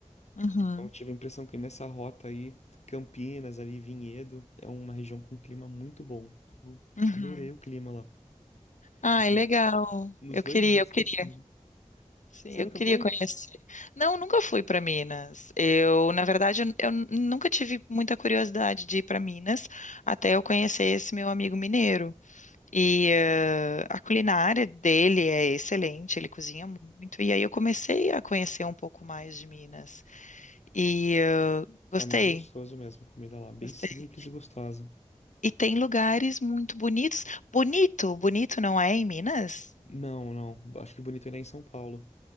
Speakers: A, on the left; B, on the left.
A: uhum,
B: Então, eu tive a impressão que nessa rota aí, Campinas, ali, Vinhedo, é uma região com clima muito bom. Eu
A: uhum.
B: adorei o clima lá.
A: Ai,
B: Assim,
A: legal.
B: nos
A: Eu
B: dois
A: queria,
B: dias
A: eu queria.
B: que eu fiquei. né?
A: Sim,
B: Você
A: eu
B: nunca
A: queria
B: foi?
A: conhecer. Não, nunca fui para Minas. Eu, na verdade, eu, eu nunca tive muita curiosidade de ir para Minas até eu conhecer esse meu amigo mineiro. E eh, a culinária dele é excelente, ele cozinha muito. E aí eu comecei a conhecer um pouco mais de Minas. E eh, gostei,
B: É muito gostoso mesmo a comida lá. Bem
A: gostei.
B: simples e gostosa.
A: E tem lugares muito bonitos. Bonito, bonito não é em Minas?
B: Não, não. Acho que bonito ainda é em São Paulo,